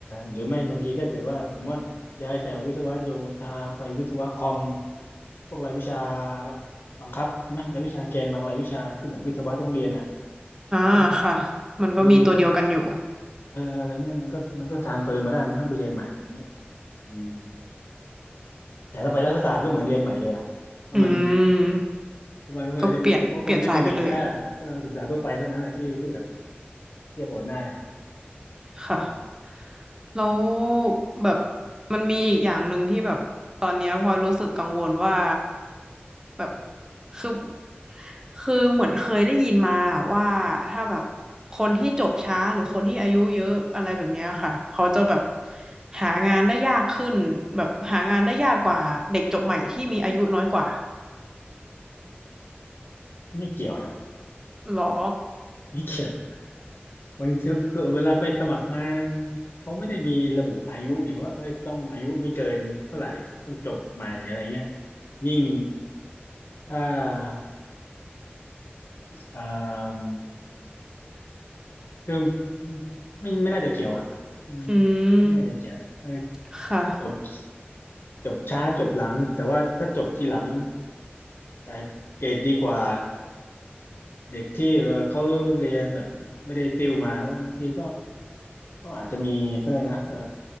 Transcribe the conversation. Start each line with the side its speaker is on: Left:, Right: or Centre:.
Left: หรือไม่บางทีถ้าเกิดว่าสมมติว่าย้ายจากวิศวะโยธาไปวิศวะคอมพวกรายวิชาบังคับไหมรายวิชาเกนบางรายวิชาที่แบบวิศวะต้องเรียนนะ
Right: อ่าค่ะมันก็มีตัวเดียวกันอยู่
Left: เออถ้าเกิดว่าเออมันก็เอออะไรเงี้ยมันก็มันก็ทรานเฟอร์มาได้ไม่ต้องไปเรียนใหม่อย่างเงี้ยอืมแต่ถ้าไปรัฐศาสตร์ก็เหมือนเรียนใหม่เลยอ่ะเพราะมัน
Right: อืม
Left: เพราะมันก็คงอาจจะพวก็คงน่าจะมีแค่เออศึกษาทั่วไปเท่านั้นแหละที่ที่แบบ
Right: ก็เปลี่ยนเปลี่ยนสายไปเลย
Left: เทียบโอนได้
Right: ค่ะ
Left: อืม
Right: แล้วแบบมันมีอีกอย่างหนึ่งที่แบบตอนเนี้ยพลอยรู้สึกกังวลว่าแบบคือคือเหมือนเคยได้ยินมาว่าถ้าแบบคนที่จบช้าหรือคนที่อายุเยอะอะไรแบบเนี้ยค่ะเขาจะแบบหางานได้ยากขึ้นแบบหางานได้ยากกว่าเด็กจบใหม่ที่มีอายุน้อยกว่า
Left: ไม่เกี่ยวนะ
Right: หรอ
Left: ไม่เกี่ยวบางทีก็เวลาไปสมัครงานเขาไม่ได้มีระบุอายุเนี่ยว่าเอ้ยต้องอายุไม่เกินเท่าไหร่ต้องจบใหม่อะไรเงี้ยยิ่งถ้าเอ่อ คือไม่ไม่น่าจะเกี่ยวอ่ะอืม
Right: อืม
Left: ไม่น่าจะเกี่ยวเออ
Right: ค่ะ
Left: จบจบช้าจบหลังแต่ว่าถ้าจบทีหลังแต่เกรดดีกว่าเด็กที่เออเขาเรียนแบบไม่ได้ติวมาบางทีก็ก็อาจจะมีก็เลยนะเออ